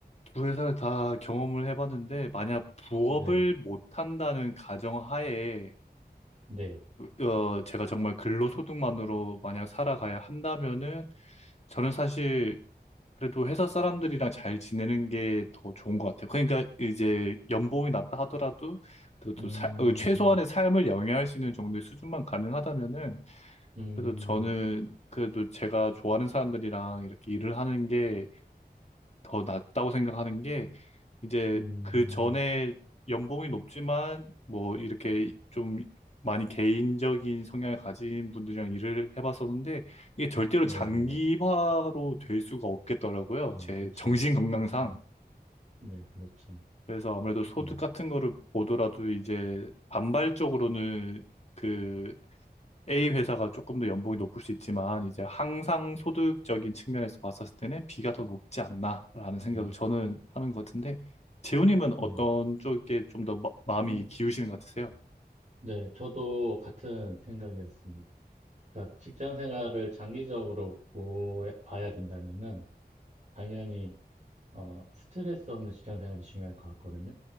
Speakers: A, on the left; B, on the right.
A: 두 회사를 다 경험을 해봤는데, 만약 부업을
B: 네.
A: 못한다는 가정하에,
B: 네.
A: 어, 어, 제가 정말 근로소득만으로 만약 살아가야 한다면은, 저는 사실 그래도 회사 사람들이랑 잘 지내는 게 더 좋은 것 같아요. 그러니까 이제 연봉이 낮다 하더라도, 그래도
B: 음,
A: 사- 어, 최소한의 삶을 영위할 수 있는 정도의 수준만 가능하다면은,
B: 음,
A: 그래도 저는 그래도 제가 좋아하는 사람들이랑 이렇게 일을 하는 게 더 낫다고 생각하는 게 이제
B: 음,
A: 그 전에 연봉이 높지만 뭐 이렇게 좀 많이 개인적인 성향을 가진 분들이랑 일을 해봤었는데 이게 절대로
B: 네네.
A: 장기화로 될 수가 없겠더라고요.
B: 아,
A: 제
B: 그쵸.
A: 정신 건강상.
B: 그쵸. 네, 그렇죠.
A: 그래서 아무래도 소득
B: 네.
A: 같은 거를 보더라도 이제 반발적으로는 그 A 회사가 조금 더 연봉이 높을 수 있지만 이제 항상 소득적인 측면에서 봤었을 때는 B가 더 높지 않나라는 생각을
B: 음,
A: 저는 하는 것 같은데 재훈님은
B: 네.
A: 어떤 쪽에 좀 더 마음이
B: 음,
A: 기우시는 것 같으세요?
B: 네. 저도 같은 생각이었습니다. 그러니까 직장 생활을 장기적으로 보, 봐야 된다면은, 당연히, 어, 스트레스 없는 직장 생활이 중요할 것 같거든요.